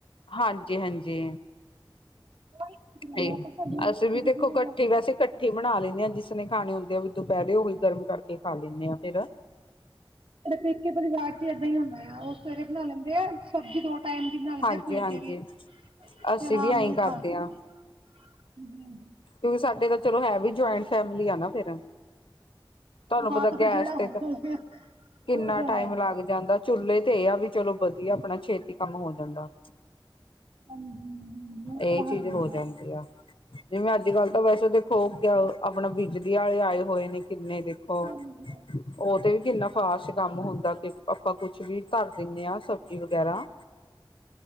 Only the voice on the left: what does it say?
ਹਾਂਜੀ, ਹਾਂਜੀ।
ਠੀ
ਅਸੀਂ ਵੀ ਦੇਖੋ
ਕੱਠੀ
ਵੈਸੇ
ਕੱ ਠੀ ਬਣਾ ਲੈਂਨੇ ਆਂ, ਜਿਸਨੇ ਖਾਣੇ ਹੁੰਦੇ ਆ ਵੀ ਦੁਪੈਰੇ ਓਹੀ ਗਰਮ ਕਰਕੇ ਖਾ ਲੀਨੇ ਆ ਫਿਰ।
ਹਾਂਜੀ-ਹਾਂਜੀ
ਅਸੀਂ
ਵੀ ਐਈ
ਕਰਦੇ
ਹਾਂ।
ਕਿਉਂਕਿ ਸਾਡੇ ਤਾਂ ਚਲੋ ਹੈ ਵੀ ਜੁਆਇੰਟ ਫੈਮਿਲੀ ਆ ਨਾਂ ਫੇਰ ਤੁਹਾਨੂੰ
ਪਤਾ
ਗੈਸ
ਤੇ
ਤਾਂ,
ਕਿੰਨਾ
ਟਾਈਮ
ਲੱਗ
ਜਾਂਦਾ। ਚੁੱਲੇ ਤੇ ਇਹ ਆ ਵੀ ਚਲੋ ਵਧੀਆ ਆਪਣਾ ਛੇਤੀ ਕੰਮ ਹੋ ਜਾਂਦਾ।
ਇਹ
ਚੀਜ਼
ਹੋ ਜਾਂਦੀ ਆ। ਜਿਵੇਂ ਅੱਜ ਕੱਲ੍ਹ ਤਾਂ ਵੈਸੇ ਦੇਖੋ ਕਾ-ਆਪਣਾ ਬਿਜਲੀ ਵਾਲੇ ਆਏ ਹੋਏ ਨੇ ਕਿੰਨੇ ਦੇ। ਉਹ-ਉਹ
ਤੇ ਵੀ ਕਿੰਨਾ ਖਾਸ ਕੰਮ ਹੁੰਦਾ ਕਿ ਆਪਾਂ ਕੁਛ ਵੀ ਕਰ ਦਿੰਦੇ ਹਾਂ ਸਬਜ਼ੀ ਵਗੈਰਾ।